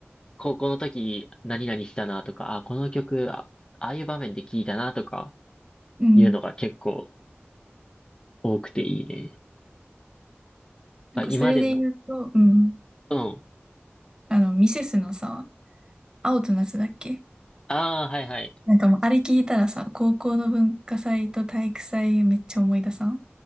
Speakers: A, on the left (about 20°); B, on the right (about 20°).
A: 高校の時何々したなとか、あ、この曲、あ、ああいう場面で聴いたなとか、
B: うん。
A: いうのが結構多くていいね。
B: なんかそれで言うと、
A: あ、今でも、
B: うん。
A: うん。
B: あの、ミセスのさ、青と夏だっけ
A: ああ、はいはい。
B: なんかもうあれ聞いたらさ、高校の文化祭と体育祭めっちゃ思い出さん